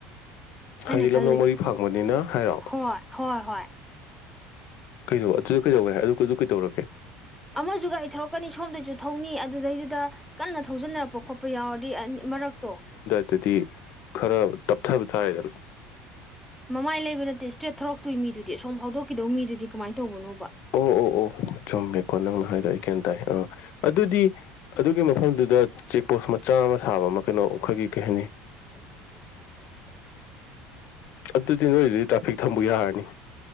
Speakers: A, in the centre; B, on the left.
A: ꯑꯩꯅ
B: ꯍꯥꯏꯗꯤ
A: ꯈꯜꯂꯤꯁꯦ
B: ꯂꯝꯂꯣꯡ ꯃꯔꯤ ꯐꯥꯡꯕꯅꯤꯅ ꯍꯥꯏꯔꯣ
A: ꯍꯣꯏ ꯍꯣꯏ ꯍꯣꯏ
B: ꯀꯩꯅꯣ ꯑꯗꯨꯗ ꯀꯩꯗꯧꯒꯦ ꯍꯥꯏ ꯑꯗꯨ ꯑꯗꯨ ꯀꯩꯗꯧꯔꯒꯦ
A: ꯑꯃꯁꯨ ꯒꯥꯔꯤ ꯊꯧꯔꯛꯀꯅꯤ ꯁꯣꯝꯗꯩꯁꯨ ꯊꯧꯅꯤ ꯑꯗꯨꯗꯩꯗꯨꯗ ꯀꯟꯅ ꯊꯧꯖꯤꯟꯅꯔꯛꯄ ꯈꯣꯠꯄ ꯌꯥꯎꯔꯗꯤ ꯑꯅꯤ ꯃꯔꯛꯇꯣ
B: ꯗꯗꯤ ꯈꯔ ꯇꯞꯊꯕ ꯇꯥꯔꯦꯗꯅ
A: ꯃꯃꯥꯏ ꯂꯩꯕ ꯅꯠꯇꯦ ꯏꯁꯇ꯭ꯔꯦꯠ ꯊꯧꯔꯛꯇꯣꯏ ꯃꯤꯗꯨꯗꯤ ꯁꯣꯝ ꯐꯥꯎꯗꯣꯛꯈꯤꯗꯧ ꯃꯤꯗꯨꯗꯤ ꯀꯃꯥꯏꯟ ꯇꯧꯕꯅꯣꯕ
B: ꯑꯣ ꯑꯣ ꯑꯣ ꯆꯨꯝꯃꯦꯀꯣ ꯅꯪꯅ ꯍꯥꯏꯗꯣ ꯑꯩ ꯒ꯭ꯌꯥꯟ ꯇꯥꯏ ꯑꯥ ꯑꯗꯨꯗꯤ ꯑꯗꯨꯒꯤ ꯃꯐꯝꯗꯨꯗ ꯆꯦꯛꯄꯣꯁ ꯃꯆꯥ ꯑꯃ ꯁꯥꯕ ꯑꯃ ꯀꯩꯅꯣ ꯑꯩꯈꯣꯏꯒꯤ ꯀꯩ ꯍꯥꯏꯅꯤ
A: <unintelligible>
B: ꯑꯗꯨꯗꯤ ꯅꯣꯏꯗꯨꯗꯤ ꯇ꯭ꯔꯥꯐꯤꯛ ꯊꯝꯕꯨ ꯌꯥꯔꯅꯤ